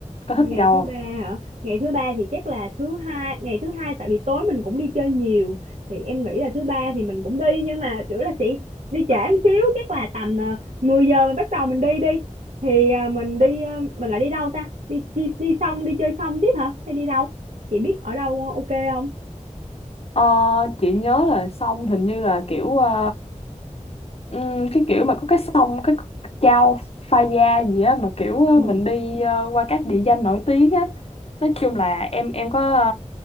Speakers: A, on the left; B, on the right.
A: có thích
B: ngày
A: đi đâu
B: thứ
A: không
B: ba hả ngày thứ ba thì chắc là thứ hai ngày thứ hai tại vì tối mình cũng đi chơi nhiều thì em nghĩ là thứ ba thì mình cũng đi nhưng mà kiểu là sẽ đi trễ một xíu chắc là tầm ờ, 10 giờ mình bắt đầu mình đi đi thì ờ, mình đi ờ, mình lại đi đâu ta đi đi đi xong đi chơi xong tiếp hả hay đi đâu chị biết ở đâu ok không
A: ờ, chị nhớ là xong hình như là kiểu ờ, ừm, cái kiểu mà có cái sông cái Chao Phraya gì á mà kiểu ờ,
B: Ừ.
A: mình đi ờ, qua các địa danh nổi tiếng á nói chung là em em có ờ,